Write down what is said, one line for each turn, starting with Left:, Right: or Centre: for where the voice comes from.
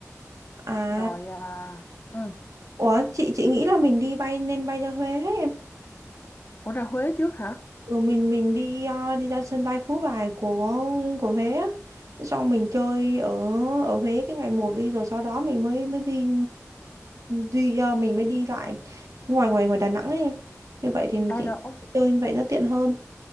Right: À,
Left: rồi. ờ, ừ.
Right: ủa, chị chị nghĩ là mình đi bay nên bay ra Huế hết em.
Left: Ủa ra Huế trước hả?
Right: Ừ, mình mình đi ờ, đi ra sân bay Phú Bài của của Huế á. Xong mình chơi ở ở Huế cái ngày một đi rồi sau đó mình mới mới đi đi ờ, mình mới đi lại ngoài ngoài ngoài Đà Nẵng ấy em. Như vậy thì
Left: À
Right: chị
Left: rồi, ô-
Right: chơi như vậy nó tiện hơn.